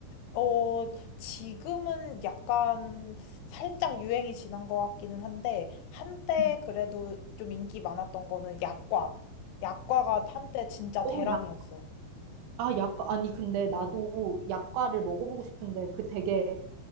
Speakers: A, on the left; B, on the right.
A: 어, 지금은 약간 살짝 유행이 지난 것 같기는 한데, 한때
B: 응.
A: 그래도 좀 인기 많았던 거는 약과. 약과가 한때 진짜
B: 어,
A: 대란이었어.
B: 약, 아, 약과. 아니, 근데 나도 약과를 먹어보고 싶은데 그 되게